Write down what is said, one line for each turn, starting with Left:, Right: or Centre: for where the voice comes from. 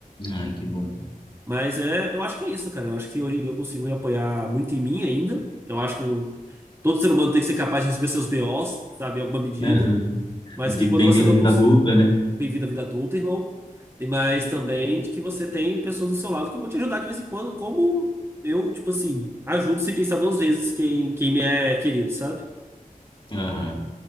Left: Ai, que bom.
Right: Mas é, eu acho que é isso, cara. Eu acho que hoje em dia eu consigo me apoiar muito em mim ainda. Eu acho que eu- todo ser humano tem que ser capaz de resolver seus BOs, sabe, em alguma medida.
Left: Aham.
Right: Mas
Left: Vi-
Right: que quando
Left: Bem-vindo
Right: você não
Left: à vida
Right: consegue.
Left: adulta, né?
Right: Bem-vindo à vida adulta, irmão. E Mas também de que você tem pessoas do seu lado que vão te ajudar de vez em quando, como eu, tipo assim, ajudo sem pensar duas vezes quem, quem me é querido, sabe?
Left: Aham.